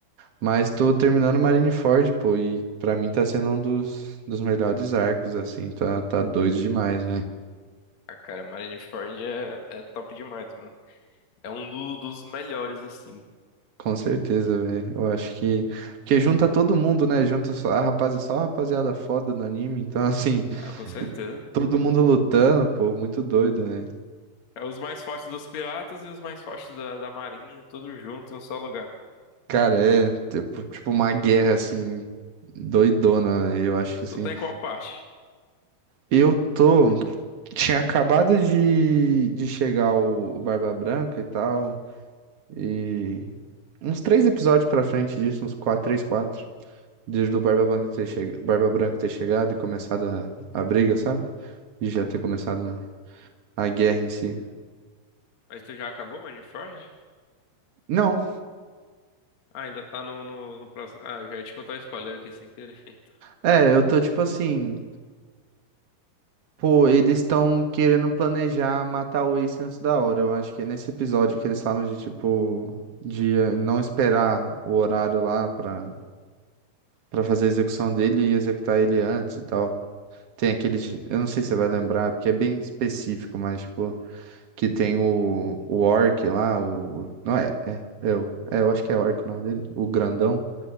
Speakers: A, on the right; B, on the left.
A: Mas tô terminando Marineford, pô, e pra mim tá sendo um dos, dos melhores arcos, assim, tá, tá doido demais,
B: Ah, cara, Marineford é, é top demais, mano. É um do- dos melhores, assim.
A: Com certeza, velho. Eu acho que. Porque junta todo mundo, né? Junta só a rapaz, só a rapaziada foda do anime. Então, assim, <laughs>
B: Ah, com certeza.
A: todo mundo lutando, pô, muito doido, né?
B: É os mais fortes dos piratas e os mais fortes da, da marinha, tudo junto em um só lugar.
A: Cara, é tipo, tipo uma guerra, assim, doidona, véi. Eu acho que, assim.
B: Tu tá em qual parte?
A: Eu tô. Tinha acabado de, de chegar o, o Barba Branca e tal. E. Uns três episódios pra frente disso, uns quatro, três, quatro. Desde o Barba Branca ter, chega... Barba Branca ter chegado e começado a, a briga, sabe? De já ter começado a guerra em si.
B: Mas tu já acabou, Marineford?
A: Não,
B: Ah, ainda tá no, no, no próximo. Ah, já ia te contar o spoiler aqui sem querer. <laughs> Então.
A: é, eu tô tipo assim. Pô, eles estão querendo planejar matar o Ace antes da hora. Eu acho que é nesse episódio que eles falam de tipo. De eh, não esperar o horário lá pra, pra fazer a execução dele e executar ele antes e tal. Tem aqueles. Eu não sei se você vai lembrar, porque é bem específico, mas tipo. Que tem o, o Orc lá, o. Não é, é, eu, é, eu acho que é Orc o nome dele, o grandão.